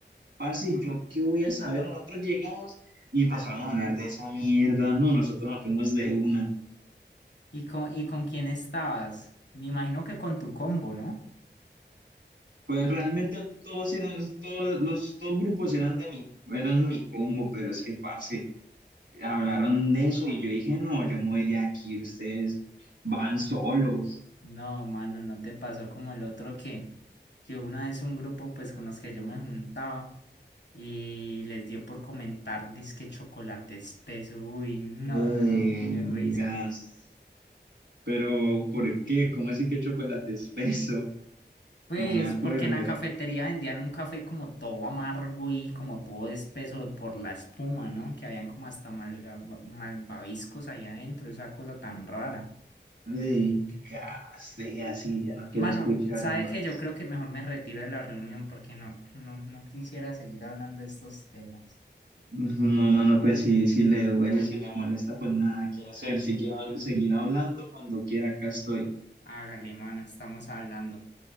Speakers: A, on the right (about 75°); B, on the left (about 70°).
A: Parce, ¿y ¿yo qué voy a saber? Nosotros llegamos y empezaron a hablar de esa mierda. No, nosotros nos fuimos de una.
B: ¿Y con, y con quién estabas? Me imagino que con tu combo, ¿no?
A: Pues realmente todos eran, todos los todos grupos eran de mi, eran mi combo, pero es que, parce, hablaron de eso y yo dije, no, yo me voy de aquí, ustedes van solos.
B: No, mano, no te pasó como el otro que, que una vez un grupo pues con los que yo me juntaba y les dio por comentar dizque chocolate espeso. Uy, no,
A: Ay,
B: no, no, qué risa.
A: gas. Pero,
B: Co-
A: ¿por qué? ¿Cómo así que chocolate espeso?
B: Pues
A: No me acuerdo.
B: porque en la cafetería vendían un café como todo amargo y como todo espeso por la espuma, ¿no? Que habían como hasta malga- malvaviscos ahí adentro, esa cosa tan rara.
A: Ey, ya, sí, así, ya no quiero
B: Mano,
A: escuchar
B: sabe
A: más.
B: que yo creo que mejor me retiro de la reunión porque no, no, no quisiera seguir hablando de estos temas.
A: No, mano, pues si, si le duele, si le molesta, pues nada, qué hacer. Si quiere hablar- seguir hablando, cuando quiera, acá estoy.
B: Hágale, mano, estamos hablando.